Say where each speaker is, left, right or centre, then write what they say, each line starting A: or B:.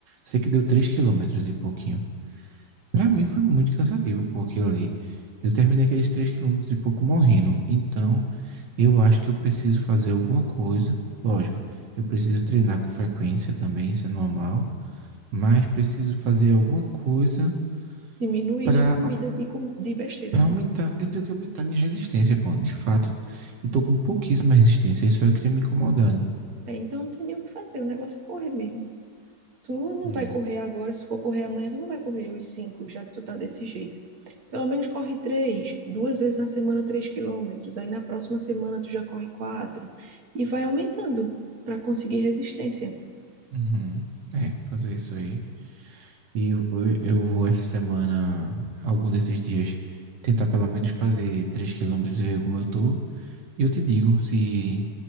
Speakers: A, on the right; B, on the right.
A: Sei que deu três quilômetros e pouquinho. Pra mim foi muito cansativo, pô, aquilo ali. Eu terminei aqueles três quilômetros e pouco morrendo. Então, eu acho que eu preciso fazer alguma coisa. Lógico, eu preciso treinar com frequência também, isso é normal. Mas preciso fazer alguma coisa
B: Diminuir
A: para
B: na comida de, com- de besteira,
A: para
B: né?
A: aumentar, eu tenho que aumentar minha resistência, pô. De fato, eu tô com pouquíssima resistência, isso é o que tem me incomodando.
B: É, então não tem nem o que fazer, o negócio é correr mesmo. Tu não
A: É.
B: vai correr agora, se for correr amanhã, tu não vai correr os cinco, já que tu tá desse jeito. Pelo menos corre três, duas vezes na semana, três quilômetros. Aí na próxima semana tu já corre quatro. E vai aumentando para conseguir resistência.
A: Uhum. É, fazer isso aí. E eu, eu eu vou essa semana, algum desses dias, tentar pelo menos fazer 3 quilômetros e ver como eu tô. E eu te digo, se